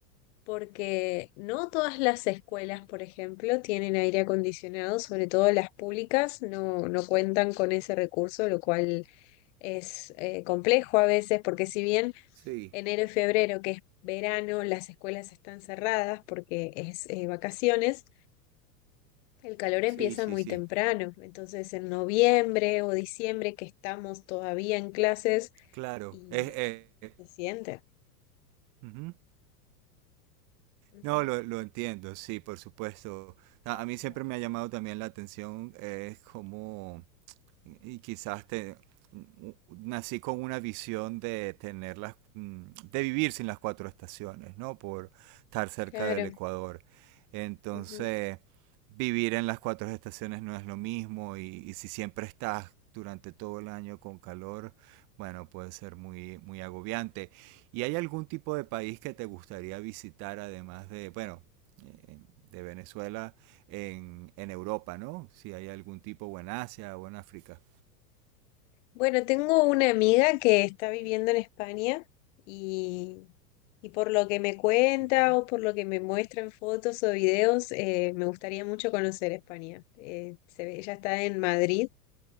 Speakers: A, on the left (about 50°); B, on the right (about 40°).
A: porque no todas las escuelas, por ejemplo, tienen aire acondicionado, sobre todo las públicas no, no cuentan con ese recurso, lo cual es eh, complejo a veces, porque si bien
B: Sí,
A: enero y febrero, que es verano, las escuelas están cerradas porque es eh, vacaciones, el calor empieza
B: sí, sí,
A: muy
B: sí.
A: temprano. Entonces, en noviembre o diciembre, que estamos todavía en clases
B: Claro.
A: y
B: Es, es-
A: se siente.
B: ujú.
A: Ujú.
B: No, lo, lo entiendo, sí, por supuesto.
A: Gracias.
B: A, a mí siempre me ha llamado también la atención eh, cómo y quizás te, nací con una visión de tener las, mm, de vivir sin las cuatro estaciones, ¿no? Por estar cerca
A: Claro.
B: del Ecuador. Entonces,
A: ujú.
B: vivir en las cuatro estaciones no es lo mismo y, y si siempre estás durante todo el año con calor, bueno, puede ser muy, muy agobiante. ¿Y hay algún tipo de país que te gustaría visitar además de, bueno, eh, de Venezuela? en, en Europa, ¿no? Si hay algún tipo o en Asia o en África.
A: Bueno, tengo una amiga que está viviendo en España y, y por lo que me cuenta
B: Ujú.
A: o por lo que me muestra en fotos o videos, eh, me gustaría mucho conocer España. Eh, se ve- ella está en Madrid